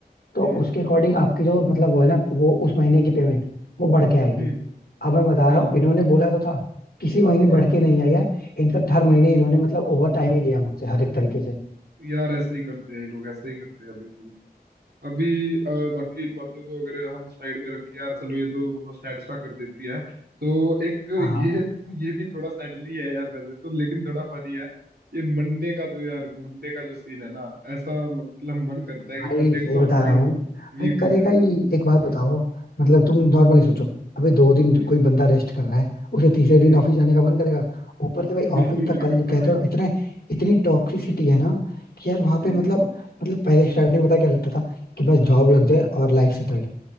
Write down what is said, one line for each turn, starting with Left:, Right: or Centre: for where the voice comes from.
Left: तो
Right: हम्म हम्म,
Left: उसके अकॉर्डिंग आपकी जो मतलब वो है ना वो उस महीने की पेमेंट वो बढ़ के आएगी
Right: हम्म,
Left: अब मैं बता
Right: हाँ
Left: रहा हूँ इन्होंने बोला तो था किसी महीने
Right: हाँ
Left: बढ़ के नहीं आई है इनफैक्ट हर महीने
Right: हम्म
Left: इन्होंने मतलब ओवर टाइम ही लिया मुझसे हर एक तरीके से
Right: यार ऐसे ही करते हैं ये लोग ऐसे ही करते हैं बिल्कुल अभी अ, बाकी इन बातों को अगर हम साइड में रखें यार चलो ये तो मतलब सैड सा कर देती है तो एक
Left: हाँ हाँ
Right: ये ये भी थोड़ा सैडली है यार वैसे तो लेकिन थोड़ा फनी है ये मंडे का जो यार मंडे का जो सीन है ना ऐसा मतलब मन करता
Left: भाई
Right: है कि मंडे का
Left: सही
Right: तो
Left: बता
Right: हटा
Left: रहा
Right: ही
Left: हूँ
Right: दो
Left: भाई
Right: वीक में
Left: करेगा
Right: से
Left: ही एक बात बताओ मतलब तुम नॉर्मली
Right: हम्म
Left: सोचो अबे दो दिन
Right: हम्म
Left: कोई बंदा रेस्ट कर रहा है उसे तीसरे दिन
Right: हम्म,
Left: ऑफिस जाने का मन करेगा ऊपर से
Right: <laughs>
Left: भाई
Right: बिल्कुल
Left: ऑफिस तक
Right: भी नहीं
Left: कल
Right: करता
Left: कहते
Right: भाई
Left: हो इतने इतनी टॉक्सिसिटी है ना कि यार वहां
Right: हम्म
Left: पे मतलब मतलब पहले स्टार्टिंग पता है क्या लगता था कि बस जॉब
Right: हम्म
Left: लग जाए और लाइफ सेटल